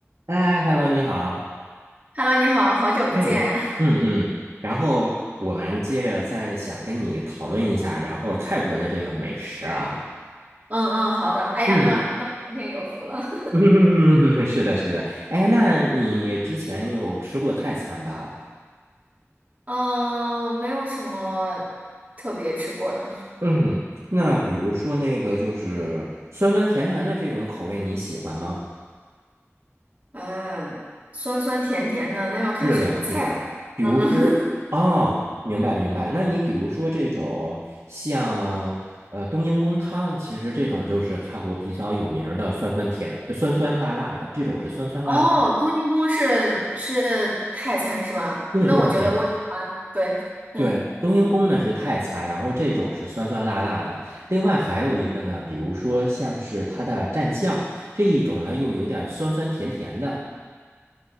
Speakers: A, on the right; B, on the right.
A: 哎，Hello，你好。
B: Hello，你好，好久不见。
A: 哎，
B: <laughs> 呀。
A: 嗯嗯，然后我们接着再想跟你讨论一下，然后泰国的这个美食啊。
B: 嗯嗯，好的。哎呀，
A: 嗯，
B: 那那我今天有福了。<laughs>
A: <laughs> 是的，是的。哎，那你之前有吃过泰餐吧？
B: 嗯，没有什么特别吃过的。
A: 嗯，那比如说那个就是酸酸甜甜的这种口味，你喜欢吗？
B: 嗯，酸酸甜甜的，那要看什么菜了。
A: 是的，是的，比如说，
B: 嗯嗯。
A: 哦，明白明白。那你比如说这种像呃冬阴功汤，其实这种就是泰国比较有名儿的酸酸甜、呃酸酸辣辣的，这种是酸酸辣辣的
B: <laughs> 哦，冬阴功是是泰餐是吧？
A: 对对对
B: 那我觉得我喜欢。对，嗯
A: 对，冬阴功呢是泰餐，然后这种是酸酸辣辣的。另外还有一个呢，
B: 嗯。
A: 比如说像是它的蘸酱这一种呢，又有点酸酸甜甜的。